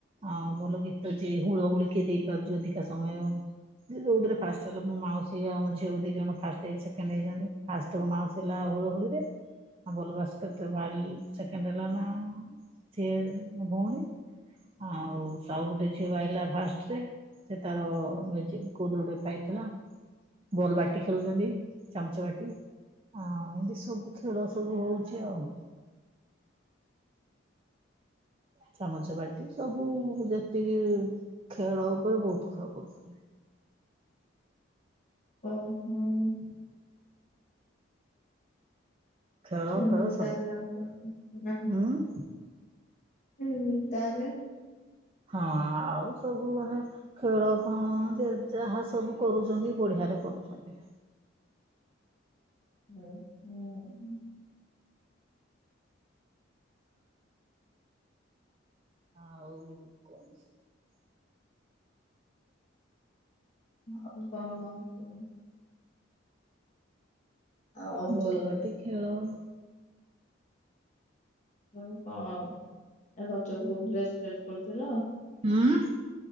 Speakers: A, on the right (about 30°); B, on the left (about 40°).
A: ଆଉ ଭଲ ଗୀତ ଯେ ହୁଳହୁଳି କିଏ ଦେଇପାରୁଛନ୍ତି ଅଧିକା ସମୟ ଯିଏ ଯଉଥିରେ ଫାଷ୍ଟ ହେଲା, ମୋ ମାଉସୀ ଆଉ ଝିଅ ଦି ଜଣ ଫାଷ୍ଟ ହେଇ ସେକେଣ୍ଡ ହେଇଛନ୍ତି ଫାଷ୍ଟ ମୋ ମାଉସୀ ହେଲା ହୁଳୁ ହୁଳି ରେ ଆଉ ବଲ ବାସ୍କେଟରେ ବାଲ ସେକେଣ୍ଡ ହେଲା ନା, ସିଏ ମୋ ଭଉଣୀ ଆଉ ସଉକଟିେ ଛିଆଲା ଫାଷ୍ଟରେ <unintelligible> ସେ ତାର ମ୍ୟୁଜିକ କଉଠୁ ଗୋଟେ ପାଇଥିଲା। ବଲ୍ ବାଟି ଖେଳୁଛନ୍ତି, ଚାମଚ ବାଟି ହଁଏମିତି ସବୁ ଖେଳ ସବୁ ହଉଛି ଆଉ। ଚାମଚ ବାଟି, ସବୁ ଯେତିକି ଖେଳ ଉପରେ ବହୁତ ଖେଳ କରୁଛନ୍ତି।
B: ଓ ହୋ।
A: ଖେଳ
B: <unintelligible>
A: ଫେଳ ସବୁ ହୁଁ
B: <unintelligible> ତାର।
A: ହଁ ଆଉ ସବୁ ଭଲ। ଖେଳ କଣ ଯେ ଯାହା ସବୁ କରୁଛନ୍ତି ବଢିଆରେ କରୁଛନ୍ତି।
B: ହୁଁ-ହୁଁ।
A: ଆଉ କଣ ସବୁ।
B: ଆଉ କଣ। ଆଉ
A: ବଲ୍
B: ଯୋଉ
A: ବାଟି ଖେଳ।
B: ଯୋଉ କଣ ରଜକୁ ଡ୍ରେସ ଫ୍ରେସ୍ କରିଥିଲ।
A: ହୁଁ।